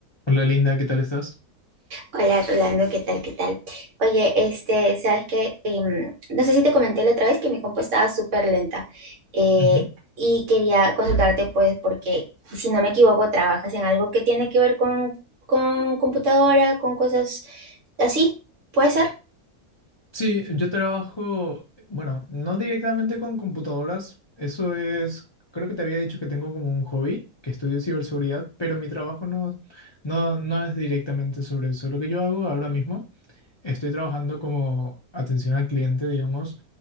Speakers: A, on the left; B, on the right.
A: Hola Linda, ¿qué tal estás?
B: Hola Rolando, ¿qué tal? ¿Qué tal? Oye, este, sabes que no sé si te comenté la otra vez que mi compu estaba súper lenta eh,
A: Ujú.
B: y quería consultarte, pues, porque si no me equivoco, trabajas en algo que tiene que ver con, con computadora, con cosas así, ¿puede ser?
A: Sí, yo trabajo, bueno, no directamente con computadoras, eso es, creo que te había dicho que tengo como un hobby, que estudio ciberseguridad, pero mi trabajo no, no, no es directamente sobre eso. Lo que yo hago ahora mismo, estoy trabajando como atención al cliente, digamos,